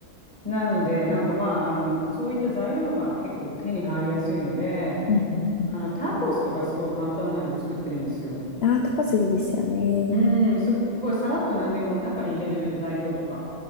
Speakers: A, on the left; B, on the left.
A: なので、なんかまあ、あの、そういった材料が結構手に入りやすいので、
B: うん、うん、うん
A: あの、タコスとかすごい簡単なんで作ってるんですよ。
B: ああタコスいいですよね。
A: うん、すごいさらっと何でも中に入れる材料とか